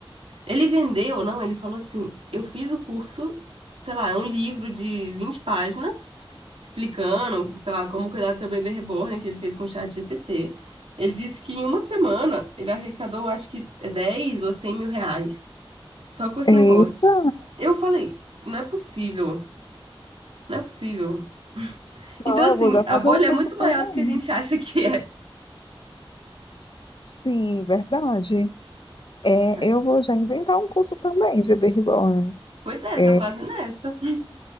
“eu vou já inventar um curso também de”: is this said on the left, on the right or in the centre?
Left